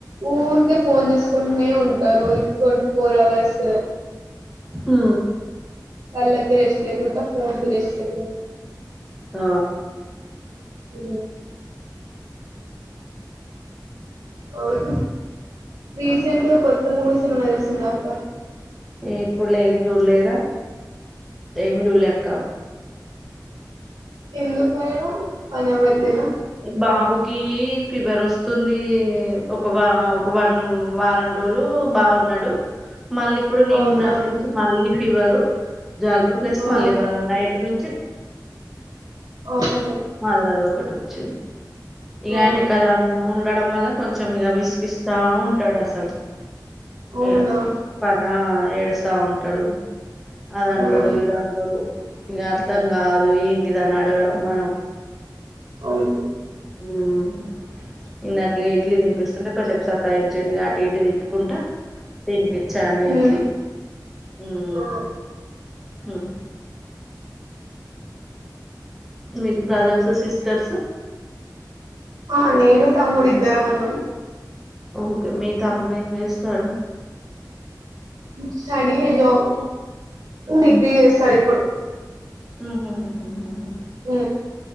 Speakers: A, on the right; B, in the centre.
A: ఊరికే ఫోన్ చుసుకుంటూనే ఉంటారు ట్వంటీ ఫోర్ అవర్స్
B: హు
A: కళ్ళకి రెస్ట్ లేకుంట ఫోన్ కి రెస్ట్ లేకుంట
B: ఆ
A: మ్ ఔను రీసెంట్గ కొత్త మూవీస్ ఏమనా చూసింరా అక్క
B: ఎ ఇప్పుల్ల ఏం చూడ్లేరా ఏం చూలే అక్క
A: ఎందుక్ మరలా పని అవ్వట్లేదా
B: బాబుకీ ఫివర్ ఒస్తుందీ ఒక వా ఒక వారం వారం రోలూ బాగున్నడు మళ్ళిప్పుడు నిన్న
A: అవునా
B: నుంచి మళ్ళి ఫీవరు జల్బు ప్లస్
A: ఆ
B: మళ్ళి వాళ నైట్ ను
A: అవును
B: మల్లదొకటి ఒచ్చింది ఇగ
A: ఆ
B: ఆయన కద ఉండడం వల్ల కొంచెం ఇగ విసిగిస్తా ఉంటడు అసలు
A: అవునా
B: ఇగ పనా ఏడుసా ఉంటడు అదంటడు
A: ఆ
B: ఇదంటడు ఇగ అర్థం గాదు ఏంటిది అన్ అడగడం మనం
A: అవును
B: మ్ ఇందాక ఇడ్లీ దిన్పిస్తుంటే కొసేప్ సతాయించండ్ ఇగ అటు ఇటు తిప్ కుంట తినిపిచ్చాను
A: హ్మ్
B: ఇడ్లి మ్
A: ఆ
B: మ్ మీక్ బ్రదర్సు సిస్టర్సు
A: ఆ నేను తమ్ముడు ఇద్దరం ఉన్నం
B: ఓకె మీ తమ్ముడు ఏం చేస్తాడు
A: స్టడీ ఎ జాబ్ డిగ్రీ చేస్తాడు ఇప్పుడు
B: మ్ హ్ మ్ హ్ మ్ హ్
A: మ్